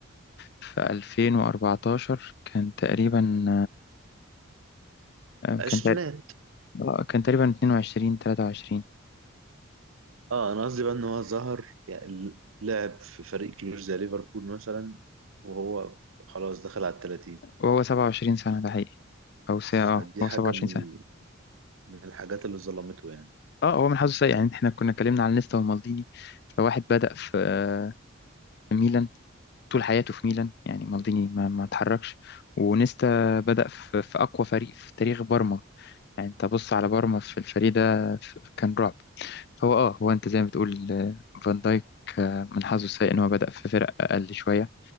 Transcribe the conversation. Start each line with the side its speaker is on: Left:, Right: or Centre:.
Left: في 2014 كان تقريبا آه،
Right: عشرينات
Left: كان تقريبا كان تقريبا 22 23
Right: اه انا قصدي بقى ان هو ظهر يعني لعب في فريق كبير زي ليفربول مثلا وهو خلاص دخل على التلاتين
Left: وهو 27 سنة ده حقيقي أو ساعة
Right: فدي
Left: اه هو
Right: حاجه
Left: 27
Right: من
Left: سنة
Right: من الحاجات اللي ظلمته يعني
Left: اه هو من حظه سيء يعني احنا كنا اتكلمنا عن نيستا ومالديني فواحد بدأ في آه، في ميلان طول حياته في ميلان يعني مالديني ما, ما اتحركش ونيستا بدأ في, في أقوى فريق في تاريخ بارما يعني انت بص على بارما في الفريق ده في- كان رعب فهو اه هو انت زي ما بتقول آه، فان دايك آه، من حظه السيء ان هو بدأ في فرق اقل شوية